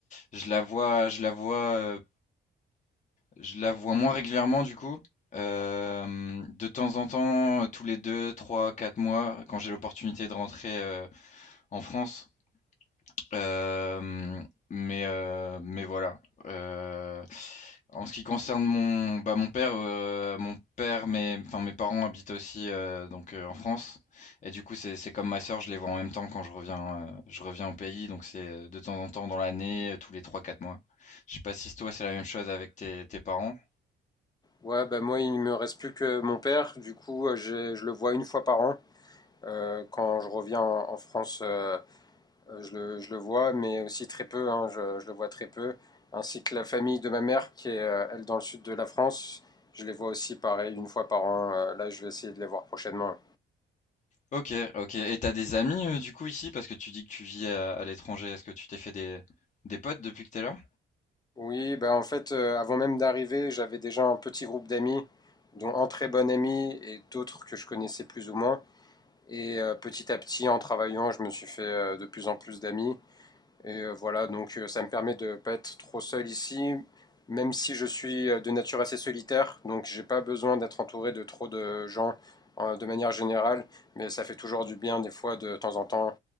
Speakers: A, on the left; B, on the left.
A: je la vois, je la vois, euh, je la vois moins régulièrement du coup. Euh, de temps en temps, tous les deux, trois, quatre mois, quand j'ai l'opportunité de rentrer euh, en France, Hem, mais heu, mais voilà, heu, en ce qui concerne mon bah, mon père, heu, mon père, mes enfin, mes parents habitent aussi, heu, donc heu, en France et du coup, c'est c'est comme ma sœur, je les vois en même temps quand je reviens, heu, je reviens au pays donc c'est, heu, de temps en temps dans l'année, heu, tous les trois quatre mois. Je sais pas si toi, c'est la même chose avec tes tes parents?
B: Ouais, bah moi, il me reste plus que mon père. Du coup, euh, je le vois une fois par an. Euh, quand je reviens en, en France, euh, Euh, je le, je le vois, mais aussi très peu, hein, je, je le vois très peu. Ainsi que la famille de ma mère, qui est, euh, elle, dans le sud de la France. Je les vois aussi, pareil, une fois par an. Euh, là, je vais essayer de les voir prochainement.
A: Ok, ok. Et t'as des amis euh, du coup ici parce que tu dis que tu vis à, à l'étranger. Est-ce que tu t'es fait des, des potes depuis que t'es là?
B: Oui, bah, en fait, euh, avant même d'arriver, j'avais déjà un petit groupe d'amis, dont un très bon ami et d'autres que je connaissais plus ou moins. Et euh, petit à petit, en travaillant, je me suis fait euh, de plus en plus d'amis. Et euh, voilà, donc euh, ça me permet de ne pas être trop seul ici, même si je suis euh, de nature assez solitaire, donc j'ai pas besoin d'être entouré de trop de gens euh, de manière générale, mais ça fait toujours du bien des fois de de temps en temps